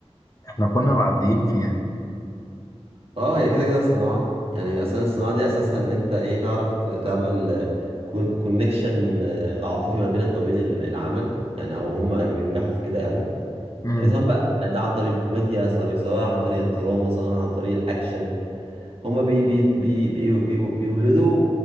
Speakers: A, on the left; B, on the right.
A: إحنا كنا معديين فيها
B: اه هي كده كده صناعة يعني أصلا الصناعة دي أساسها إن أنت إيه تعرف ت- تعمل كونكشن عاطفي ما بينك وبين ال- العمل يعني أو هما بينجحوا في كده يعني
A: امم
B: سواء بقى ده عن طريق الكوميديا سواء سواء عن طريق الدراما سواء عن طريق الأكشن هما بي بي بي بي بي بيولدوا